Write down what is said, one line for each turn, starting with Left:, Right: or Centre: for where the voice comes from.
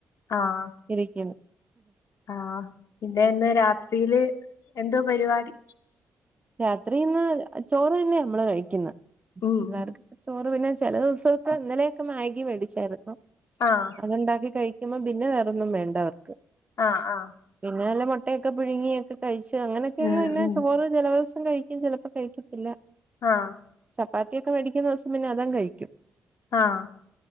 Left: ആഹ്
Right: ഇരിക്കുന്നു
Left: ആഹ് പിന്നെ ഇന്ന് രാത്രിയില് എന്തോ പരിപാടി
Right: രാത്രിന്ന് ചോറ് തന്നെയ നമ്മള് കഴിക്കുന്ന
Left: ഉം
Right: പിള്ളേ ചോറ് പിന്നെ ചില ദിവസൊക്കെ ഇന്നലെയൊക്കെ മാഗി മേടിച്ചായിരുന്നു
Left: ആഹ്
Right: അത്ണ്ടാക്കി ക ക്കുമ്പ പിന്നെ വേറൊന്നും വേണ്ട അവർക്ക്
Left: ആഹ് ആഹ്
Right: പിന്നെ വല്ല മുട്ടൊക്കെ പുഴുങ്ങിയൊക്കെ കഴിച്ചു അങ്ങനെയൊക്കെ
Left: ഉം
Right: പിന്നെ
Left: ഉം
Right: ചോറ് ചേല ദി വസം കഴിക്കും ചിലപ്പോ കഴിക്കത്തില്ല
Left: ആഹ്
Right: ചപ്പാത്തിയൊക്കെ മേടിക്കുന്ന ദിവസം പിന്നെ അതങ്ങ് കഴിക്കും
Left: ആഹാ